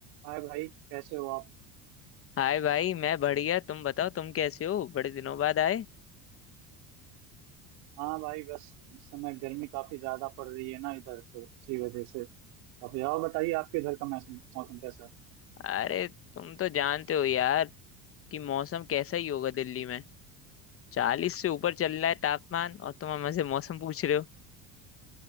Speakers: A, on the right; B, on the left.
A: हाय भाई कैसे हो आप
B: हाय भाई मैं बढ़िया तुम बताओ तुम कैसे हो बड़े दिनों बाद आए
A: हाँ भाई बस इस समय गर्मी काफी ज्यादा पड़ रही है ना इधर तो इसी वजह से काफी और बताइए आपके इधर का मौसम मौसम कैसा है
B: अरे तुम तो जानते हो यार कि मौसम कैसा ही होगा दिल्ली में चालीस से ऊपर चल रहा है तापमान और तुम हमसे मौसम पूछ रहे हो